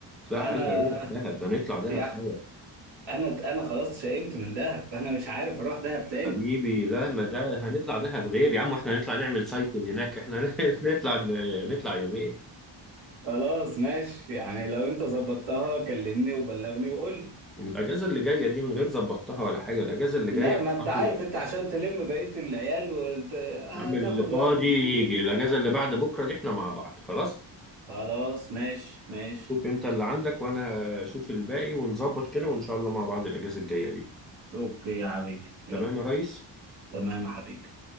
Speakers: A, in the centre; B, on the right.
A: لا
B: انا
A: عايز أروح دهب
B: <laughs>
A: هنطلع دهب
B: يعني
A: سوا
B: انا انا خلاص شئمت من دهب انا مش عارف اروح دهب تاني
A: حبيبي لا ما ده هنطلع دهب غير يا عم احنا هنطلع نعمل سايكل هناك احنا <laughs> هنطلع نطلع يومين
B: خلاص ماشي يعني لو انت ظبطتها كلمني وبلغني وقول لي
A: الاجازه اللي جايه دي من غير ظبطتها ولا حاجه الاجازه اللي
B: لا
A: جايه
B: ما
A: برضه
B: انت عارف انت عشان تلم بقية العيال وت... هتاخد
A: يا عم اللي فاضي
B: وقت كتير
A: يجي
B: انت
A: الاجازه
B: عارف
A: اللي بعد بكره دي احنا مع بعض خلاص
B: خلاص ماشي ماشي
A: شوف انت اللي عندك وانا اشوف الباقي ونظبط كده وان شاء الله مع بعض الاجازه الجايه دي
B: اوكي يا حبيبي يلا
A: تمام يا ريس
B: تمام يا حبيبي